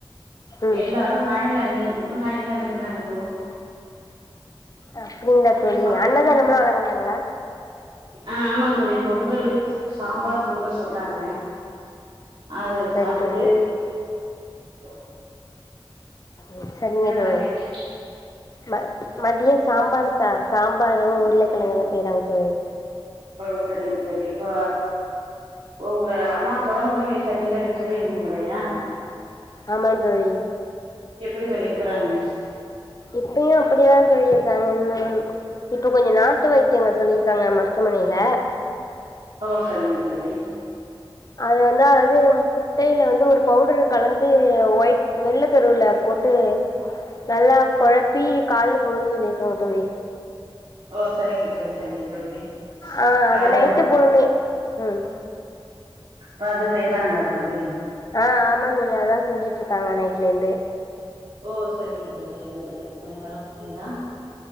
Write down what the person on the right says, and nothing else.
எல்லா லைன்ல நின்னுட்ருக்கோ லைன்ல நிக்கிறாங்க தோழி
பால்
ஆ ஆமா தோழி பொங்கல் சாம்பார் பொங்கல் போட்டாங்க அத சாப்ட்டுட்டு
<unintelligible>
சமையல்
ஓ சரிங்க தோழி இப்ப உங்க அம்மா சொட விழி சரியில்லன்னு சொல்லி இருந்தீங்க இல்லையா
எப்டி சொல்லியிருக்கறாங்க
ஓ சரிங்க தோழி
ஓ சரிங்க தோழி சரிங்க தோழி
இப்ப
அது
பாத்து செய்றாங்களா தோழி
ஓ சரிங்க தோழி சரிங்க தோழி கொஞ்சோ பரவால்லைங்களா